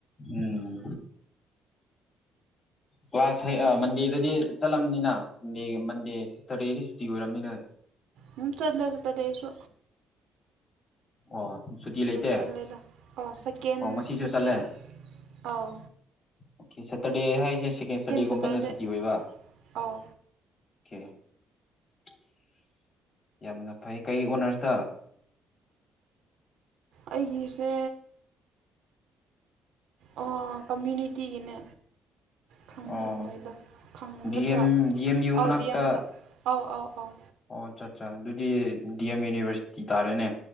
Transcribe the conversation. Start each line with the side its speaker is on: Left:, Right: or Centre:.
Left: ꯎꯝ ꯀ꯭ꯂꯥꯁ ꯃꯟꯗꯦꯗꯗꯤ ꯆꯠꯂꯝꯅꯤꯅꯟꯗꯦ ꯃꯟꯗꯦ ꯁꯦꯇꯔꯗꯦꯗꯤ ꯁꯨꯇꯤ ꯑꯣꯏꯔꯕꯝꯅꯤ ꯅꯣꯏ
Right: ꯍꯝ ꯆꯠꯂꯦ ꯁꯥꯇ꯭ꯔꯗꯦ ꯁꯨ
Left: ꯑꯣ ꯁꯨꯇꯤ
Right: ꯑꯗꯨꯝ
Left: ꯂꯩꯇꯦ
Right: ꯆꯠꯂꯦꯗ ꯑꯥ ꯁꯀꯦꯟ
Left: ꯑꯣ ꯉꯁꯤꯁꯨ
Right: ꯁꯀꯦꯟ
Left: ꯆꯠꯂꯦ
Right: ꯑꯥꯎ
Left: ꯑꯣꯀꯦ ꯁꯦꯇꯔꯗꯦ ꯍꯥꯏꯁꯦ ꯁꯦꯀꯦꯟ ꯁꯇꯔꯗꯦꯒꯨꯝꯕꯅ
Right: ꯁꯇꯔꯗꯦ
Left: ꯁꯨꯇꯤ ꯑꯣꯏꯕ ꯑꯣꯀꯦ
Right: ꯑꯧ
Left: <inaudible> ꯌꯥꯝꯅ ꯐꯩ ꯀꯩ ꯑꯣꯅꯔꯁꯇ
Right: ꯑꯩꯒꯤꯁꯦ ꯑꯣ ꯀꯃꯨꯅꯤꯇꯤꯒꯤꯅ ꯈꯪꯉꯝꯃꯣꯏꯗ
Left: ꯑꯣ
Right: ꯈꯪꯒꯗ꯭ꯔꯥ
Left: ꯗꯤ ꯑꯦꯝ ꯗꯤ ꯑꯦꯝ ꯌꯨ ꯃꯅꯥꯛꯇ
Right: ꯑꯎ ꯗꯤ ꯑꯦꯝ ꯗ ꯑꯥꯎ ꯑꯥꯎ ꯑꯥꯎ
Left: ꯑꯣ ꯑꯠꯆꯥ ꯑꯠꯆꯥ ꯑꯗꯨꯗꯤ ꯗꯤ ꯑꯦꯝ ꯌꯨꯅꯤꯕꯔꯁꯤꯇꯤ ꯇꯥꯔꯦꯅꯦ